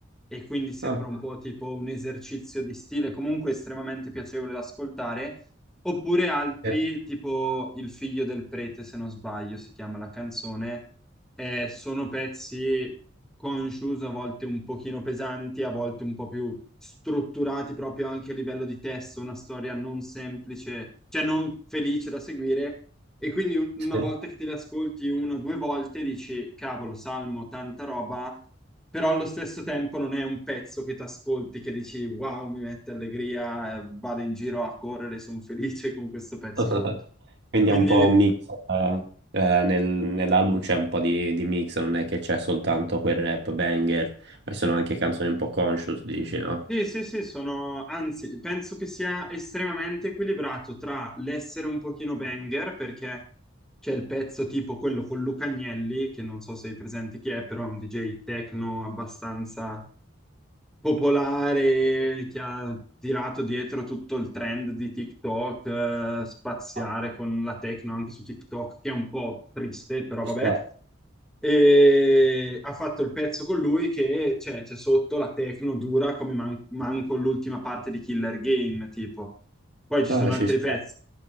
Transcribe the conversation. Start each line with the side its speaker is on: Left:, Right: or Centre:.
Centre: e quindi sembra
Right: Ah,
Centre: un po' tipo un esercizio di stile, comunque estremamente piacevole da ascoltare, oppure altri,
Right: sì,
Centre: tipo Il figlio del prete, se non sbaglio, si chiama la canzone, eh, sono pezzi conscious, a volte un pochino pesanti, a volte un po' più strutturati proprio anche a livello di testo, una storia non semplice, cioè non felice da seguire. E quindi un- una
Right: sì.
Centre: volta che te le ascolti una o due volte dici, cavolo, Salmo, tanta roba, però allo stesso tempo non è un pezzo che ti ascolti, che dici, wow, mi mette allegria, eh, vado in giro a correre, sono felice con questo pezzo
Right: <laughs>
Centre: sotto.
Right: Quindi
Centre: Quindi
Right: è un po' un mix, eh, eh, nel- nell'album c'è un po' di, di mix, non è che c'è soltanto quel rap banger, ma ci sono anche canzoni un po' conscious, dici, no?
Centre: Sì, sì, sì, sono, anzi, penso che sia estremamente equilibrato tra l'essere un pochino banger, perché c'è il pezzo tipo quello con Luca Agnelli, che non so se hai presente chi è, però è un DJ techno abbastanza popolare, che ha tirato dietro tutto il trend di TikTok, eh, spaziare
Right: Ah,
Centre: con la techno anche su TikTok, che è un po' triste, però
Right: Ci
Centre: vabbè
Right: sta.
Centre: e ha fatto il pezzo con lui che cioè, c'è sotto la techno dura come man- manco l'ultima parte di Killer Game, tipo. Poi ci
Right: Ah,
Centre: sono
Right: ci
Centre: altri
Right: sta.
Centre: pezzi,